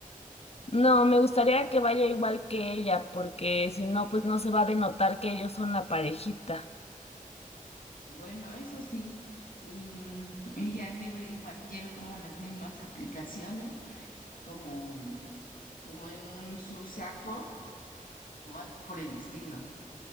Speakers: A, on the left (about 45°); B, on the left (about 75°).
A: No, me gustaría que vaya igual que ella, porque si no, pues no se va a denotar que ellos son la parejita.
B: Bueno, eso sí, y, mm, y ya que ve- igual lleve como las mismas aplicaciones, como, como en su saco o algo por el estilo.